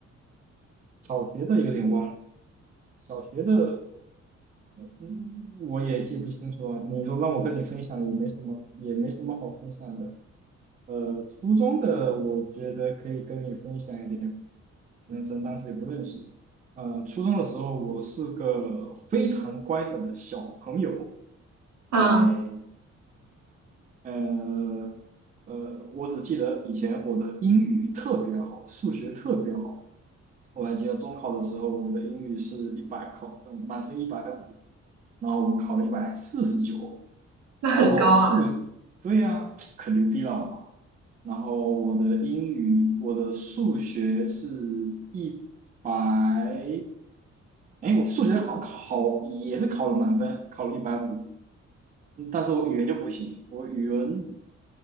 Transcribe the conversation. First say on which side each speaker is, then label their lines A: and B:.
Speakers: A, on the right (about 30°); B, on the right (about 70°).
A: 小学的有点忘了，小学的，嗯，我也记不清楚啊。你说让我跟你分享也没什么，也没什么好分享的。呃，初中的我觉得可以跟你分享一点，反正当时也不认识。呃，初中的时候我是个非常乖的小朋友，
B: 啊，
A: 诶，呃呃，我只记得以前我的英语特别好，数学特别好。我还记得中考的时候，我的英语是一百考，嗯，满分一百五，然后我考了一百四十九，
B: 那很高啊，
A: 然后数，对呀、可牛逼了。然后我的英语，我的数学是一百，哎，我数学好像考也是考了满分，考了一百五，嗯但是我语文就不行，我语文